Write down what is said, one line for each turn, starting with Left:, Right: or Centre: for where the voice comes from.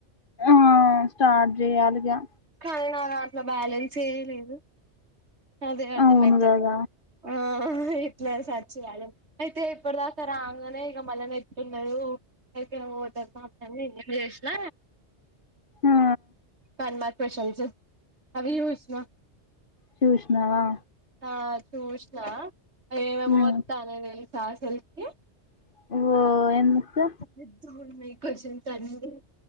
Left: ఆహ్ స్టార్ట్ చేయాలిగా
Right: అయిన నాదాంట్ల బ్యాలెన్స్సే లేదు అదే అర్ధమయిత
Left: అవును కదా
Right: లేదు ఆహ్ ఇట్లా సర్చ్ చేయాలి అయితే ఇప్పటిదాకా రాగానే ఇక మళ్ళ ఇగ నెట్ ఉండదు అయిపే ఓటర్ కార్డులన్నీ నిన్ననే చేసిన
Left: ఆ
Right: వన్ మార్క్ క్యూషన్స్ అవి చూసిన
Left: చూశ్నవా
Right: ఆ చూసిన ఏమే
Left: ఉమ్
Right: ఒత్తనాయి తెలుసా అసల్ కీ
Left: ఓ ఎందుకు
Right: పెద్దగున్నాయి క్యూస్టన్స్ అన్ని